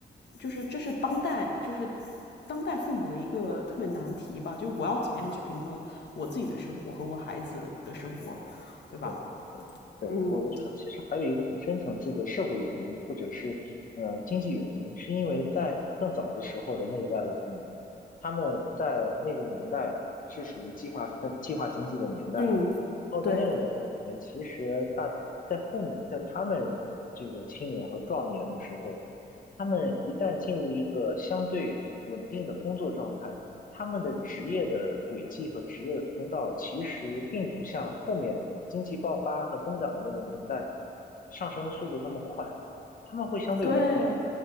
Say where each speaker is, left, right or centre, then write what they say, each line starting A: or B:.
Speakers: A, on the left (about 70°); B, on the left (about 50°).
A: 就是这是当代就是当代父母的一个特别难题吧，就是我要怎么样去平衡我自己的生活和我孩子的生活，对吧？
B: 对对对，
A: 嗯
B: 我我觉得其实还有一个很深层次的社会原因，或者是呃经济原因，是因为在更早的时候的那一代的父母，他们在那个年代是属于计划分计划经济的年代，
A: 嗯，
B: 然后在那个年代里面，
A: 对
B: 其实大在父母在他们这个青年和壮年的时候，他们一旦进入一个相对稳定的工作状态。他们的职业的轨迹和职业的通道，其实并不像后面经济爆发和增长的那个年代上升的速度那么快，他们会相对稳定。
A: 对，